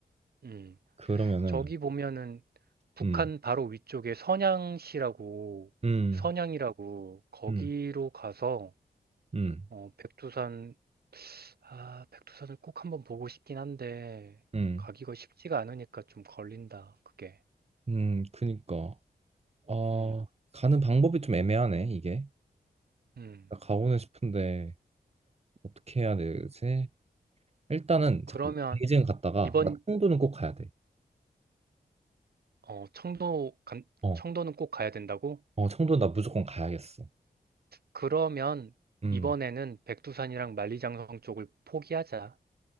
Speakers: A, on the right; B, on the right.
A: 음.
B: 그러면은,
A: 저기 보면은 북한
B: 음,
A: 바로 위쪽에 선양시라고,
B: 음,
A: 선양이라고 거기로
B: 음,
A: 가서
B: 음,
A: 어, 백두산 아, 백두산을 꼭 한번 보고 싶긴 한데,
B: 음,
A: 가기가 쉽지가 않으니까 좀 걸린다, 그게.
B: 음, 그니까. 아,
A: 음,
B: 가는 방법이 좀 애매하네, 이게.
A: 음.
B: 나 가고는 싶은데. 어떻게 해야 되지? 일단은
A: 그러면,
B: 잠깐 베이징 갔다가
A: 이번,
B: 나 청도는 꼭 가야 돼.
A: 어, 청도, 간-
B: 어,
A: 청도는 꼭 가야 된다고?
B: 어 청도 나 무조건 가야겠어.
A: 그러면,
B: 음,
A: 이번에는 백두산이랑 만리장성 쪽을 포기하자.